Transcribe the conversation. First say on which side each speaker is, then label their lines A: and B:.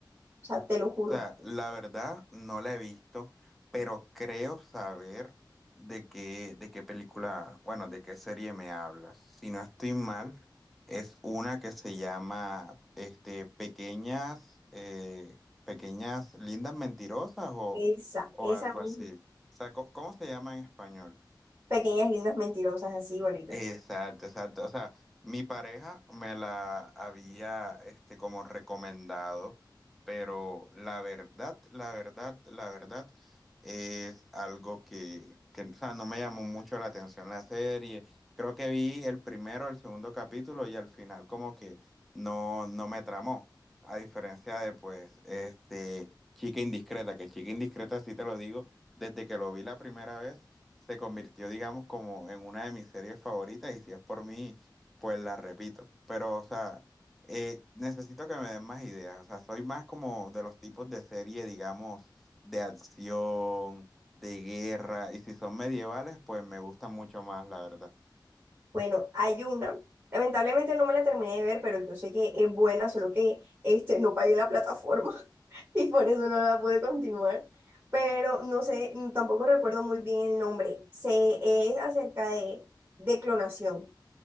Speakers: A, on the right (about 35°); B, in the centre.
A: O sea, te lo juro.
B: O sea, la verdad no la he visto, pero creo saber de qué, de qué película, bueno, de qué serie me hablas. Si no estoy mal, es una que se llama este, Pequeñas, eh, Pequeñas Lindas Mentirosas o,
A: Esa,
B: o
A: esa
B: algo
A: misma.
B: así. O sea, ¿cómo, cómo se llama en español?
A: Pequeñas lindas mentirosas, así bonito.
B: Exacto, exacto. O sea, mi pareja me la había, este, como recomendado, pero la verdad, la verdad, la verdad es algo que, que, o sea, no me llamó mucho la atención la serie. Creo que vi el primero, el segundo capítulo y al final como que no, no me tramó. A diferencia de, pues, este, Chica Indiscreta, que Chica Indiscreta sí te lo digo, desde que lo vi la primera vez se convirtió, digamos, como en una de mis series favoritas y si es por mí, pues la repito. Pero, o sea, eh, necesito que me den más ideas. O sea, soy más como de los tipos de serie, digamos, de acción, de guerra y si son medievales, pues me gustan mucho más, la verdad.
A: Bueno, hay una. Lamentablemente no me la terminé de ver, pero yo sé que es buena, solo que este, no pagué la plataforma <laughs> y por eso no la pude continuar. Pero no sé, tampoco recuerdo muy bien el nombre. Se es acerca de, de clonación. O